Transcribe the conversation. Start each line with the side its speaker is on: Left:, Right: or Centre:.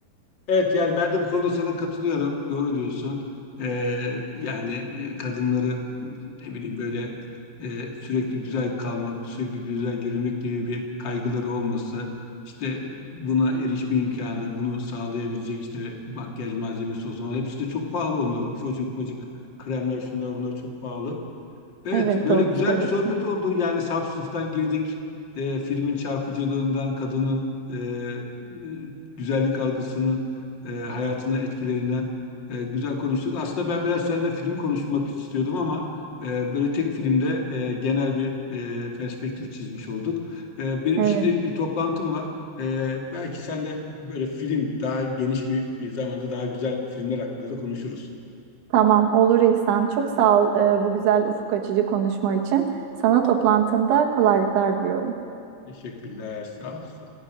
Left: Evet yani ben de bu konuda sana katılıyorum. Doğru diyorsun. Ee, yani e, kadınları ne bileyim böyle e, sürekli güzel kalmak, sürekli güzel görünmek gibi bir kaygıları olması, işte buna erişme imkanı, bunu sağlayabilecek işte makyaj malzemesi olsun. Ama Hepsi de çok pahalı onların. Ufacık ufacık kremler şunlar bunlar çok pahalı. Evet,
Right: Evet
Left: böyle
Right: doğru
Left: güzel
Right: söylüyorsun.
Left: bir sohbet oldu. Yani Substance'dan girdik, e, filmin çarpıcılığından, kadının e, e, güzellik algısının e, hayatına etkilerinden e, güzel konuştuk. Aslında ben biraz seninle film konuşmak istiyordum ama e, böyle tek filmde e, genel bir e, perspektif çizmiş olduk. E, benim
Right: Evet
Left: şimdi bir toplantım var. E, belki sen de böyle film daha geniş bir zamanda daha güzel filmler hakkında da konuşuruz.
Right: tamam olur İhsan. Çok sağ ol e, bu güzel ufuk açıcı konuşma için. Sana toplantında kolaylıklar diliyorum.
Left: Teşekkürler, sağ ol.